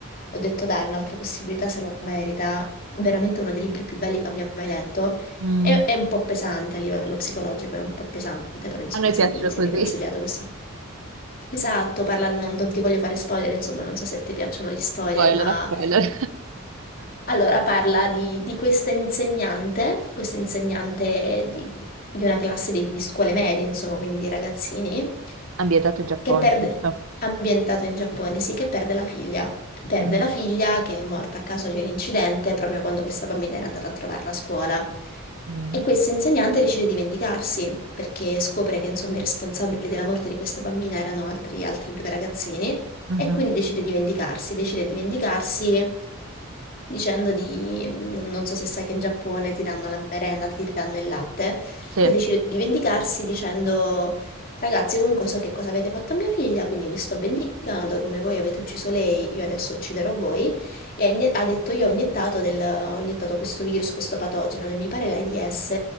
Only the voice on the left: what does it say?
ho detto dai, un'altra possibilità se lo merita. Veramente uno dei libri più belli che abbia mai letto.
È, è un po' pesante a livello psicologico, è un po' pesante, però insomma,
se
mi, se
mi hai consigliato questo. Esatto, parla, non, non ti voglio fare spoiler, insomma, non so se a te piacciono gli spoiler,
ma
allora, parla di, di questa insegnante, questa insegnante di, di una classe di, di scuole medie, insomma, quindi di ragazzini,
che perde,
ambientato in Giappone, sì, che perde la figlia. Perde
la figlia che è morta a causa di un incidente proprio quando questa bambina era andata a trovarla a scuola.
E questa insegnante decide di vendicarsi perché scopre che, insomma, i responsabili della morte di questa bambina erano altri, altri due ragazzini.
E quindi decide di vendicarsi, decide di vendicarsi dicendo di, non so se sai che in Giappone ti danno la merenda, ti danno il latte,
e decide di vendicarsi dicendo, ragazzi, comunque so che cosa avete fatto a mia figlia, quindi mi sto vendicando, come voi avete ucciso lei, io adesso ucciderò voi. E ha inne- ha detto, io ho iniettato, del- ho iniettato questo virus, questo patogeno, e mi pare l'AIDS,